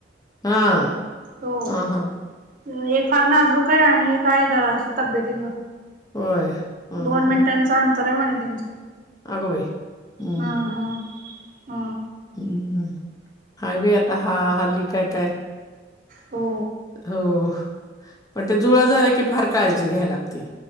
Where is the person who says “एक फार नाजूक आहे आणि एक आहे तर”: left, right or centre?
Right